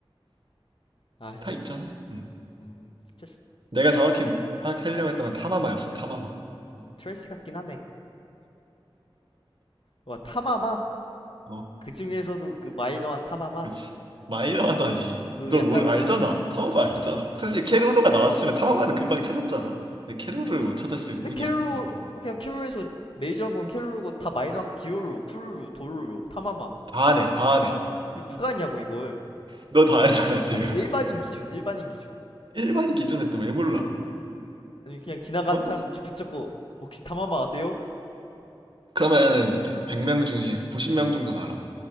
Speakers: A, on the left; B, on the right.
A: 아이고,
B: 다 있잖아. 음.
A: 음 진짜 쓰-
B: 내가 정확히
A: 진짜 쓰-
B: 하- 하려고 했던 건 타마마였어, 타마마.
A: 음 트래시 같긴 하네. 와 타마마
B: 어,
A: 그 중에서도 그 마이너한 타마마
B: 그치. 마이너하다니.
A: 그
B: 너
A: 약간
B: 뭘 알잖아. 타마바 알잖아. 사실 캐로로가 나왔으면 타마바는 금방 찾았잖아. 근데 캐로로를 못 찾았을
A: 근데
B: 뿐이야,
A: 캐롤
B: 너가.
A: 그냥 캐롤에서 메이저한 건 캐롤이고 다 마이너한 기요루, 쿠루루, 도루루, 타마마
B: 다 아네, 다 아네.
A: 이거 누가 하냐고 이걸.
B: 너 다 알잖아, 지금.
A: 아니
B: <laughs>
A: 일반인 기준, 일반인 기준.
B: 일반인 기준에 또 왜 몰라?
A: 아니 그냥 지나가는
B: 어? 음.
A: 사람 붙잡고 혹시 타마마 아세요?
B: 그러면은 100명 중에 90명 정도는 알아.